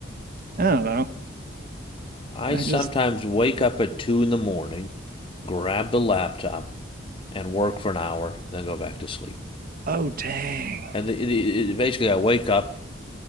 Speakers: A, on the right (about 45°); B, on the left (about 25°).
A: I don't know.
B: I
A: I
B: sometimes
A: just
B: wake up at two in the morning, grab the laptop, and work for an hour, then go back to sleep.
A: Oh, dang.
B: And the, the, basically, I wake up